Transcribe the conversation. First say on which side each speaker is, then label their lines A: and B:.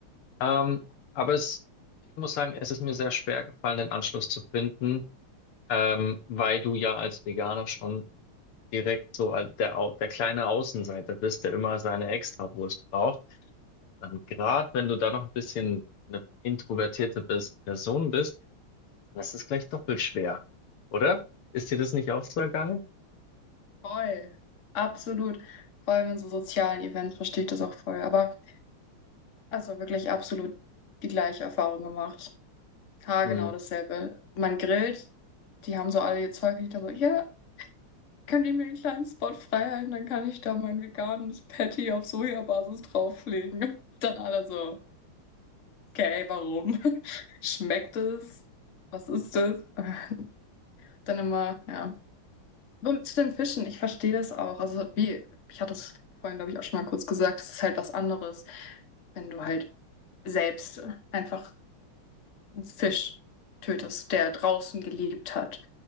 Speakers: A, on the left; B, on the left.
A: Ähm, aber es, ich muss sagen, es ist mir sehr schwer gefallen, den Anschluss zu finden, ähm, weil du ja als Veganer schon direkt so als der, Au- der kleine Außenseiter bist, der immer seine Extrawurst braucht, dann gerade wenn du da noch ein bisschen eine introvertierte Pers- Person bist, dann ist es gleich doppelt schwer, oder? Ist dir das nicht auch so ergangen?
B: Voll. Absolut. Vor allem in so sozialen Events verstehe ich das auch voll. Aber also wirklich absolut die gleiche Erfahrung gemacht. Ja,
A: Hm.
B: genau dasselbe. Man grillt, die haben so alle ihr Zeug nicht, dann so, ja, könnt ihr mir einen kleinen Spot freihalten, dann kann ich da mein veganes Patty auf Sojabasis drauflegen. <laughs> Dann alle so, okay, warum? <laughs> Schmeckt es? Was ist das? <laughs> Dann immer, ja. Und zu den Fischen, ich verstehe das auch. Also wie, ich hatte es vorhin, glaube ich, auch schon mal kurz gesagt, es ist halt was anderes, wenn du halt selbst einfach einen Fisch tötest, der draußen gelebt hat,